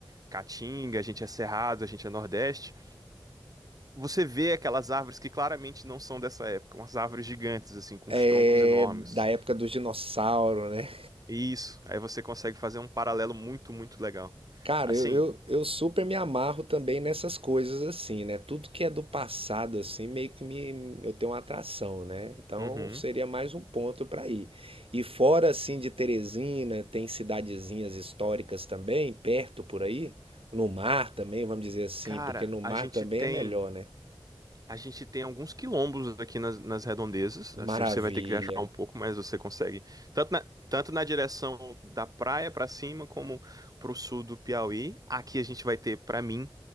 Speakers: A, on the right (about 40°); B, on the right (about 75°).
A: Caatinga, a gente é Cerrado, a gente é Nordeste. Você vê aquelas árvores que claramente não são dessa época, umas árvores gigantes, assim, com
B: É
A: os troncos enormes.
B: da época dos dinossauros, né?
A: Isso, aí você consegue fazer um paralelo muito, muito legal.
B: Cara,
A: Assim,
B: eu, eu, eu super me amarro também nessas coisas assim, né? Tudo que é do passado, assim, meio que me, eu tenho uma atração, né? Então
A: uhum.
B: seria mais um ponto para ir. E fora, assim, de Teresina, tem cidadezinhas históricas também, perto por aí. No mar também, vamos dizer assim,
A: Cara,
B: porque no mar
A: a gente
B: também
A: tem.
B: é melhor, né?
A: A gente tem alguns quilombos aqui nas, nas redondezas. Assim,
B: Maravilha.
A: você vai ter que viajar um pouco, mas você consegue. Tanto na, tanto na direção da praia pra cima, como pro sul do Piauí. Aqui a gente vai ter, pra mim,